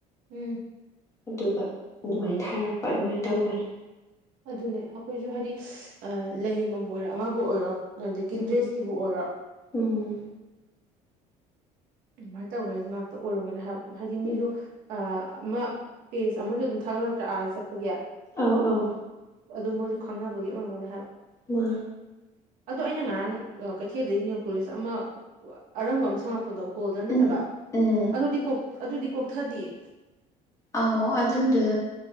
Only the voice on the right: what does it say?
ꯎꯝ
ꯑꯗꯨꯅꯦ ꯑꯩꯈꯣꯏꯁꯨ ꯍꯥꯏꯗꯤ ꯑꯥ ꯂꯩ ꯌꯣꯟꯕꯝꯕꯨ ꯑꯣꯏꯔꯣ ꯑꯃꯕꯨ ꯑꯣꯏꯔꯣ ꯑꯗꯒꯤ
ꯗ꯭ꯔꯦꯁꯀꯤꯕꯨ ꯑꯣꯏꯔꯣ
ꯑꯗꯨꯃꯥꯏꯟ ꯇꯧꯅꯩ ꯉꯥꯛꯇ ꯑꯣꯏꯔꯝꯒꯅꯤ ꯍꯥꯏꯕ ꯍꯥꯏꯗꯤ ꯃꯤꯁꯨ
ꯑ ꯑꯃ ꯄꯦꯖ ꯑꯃꯁꯨ ꯑꯗꯨꯝ ꯊꯥꯒꯠꯂꯛꯇ꯭ꯔ ꯑꯥ ꯆꯠꯄꯒꯤ
ꯑꯗꯨ ꯃꯣꯏꯁꯨ ꯈꯪꯅꯕꯒꯤ ꯑꯣꯏꯔꯝꯒꯅꯤ ꯍꯥꯏꯕ
ꯑꯗꯣ ꯑꯩꯅ ꯉꯔꯥꯡ ꯑꯥ ꯀꯩꯊꯦꯜꯗꯒꯤ ꯅꯦꯜ ꯄꯣꯂꯤꯁ ꯑꯃ ꯑꯔꯪꯕ ꯑꯃ ꯁꯪꯉꯛꯄ ꯄꯗꯣ ꯒꯣꯜꯗꯟ ꯅꯠꯇꯕ
ꯑꯗꯨꯗꯤ ꯀꯣꯛ ꯑꯗꯨꯗꯤ ꯀꯣꯛꯊꯗꯤꯌꯦ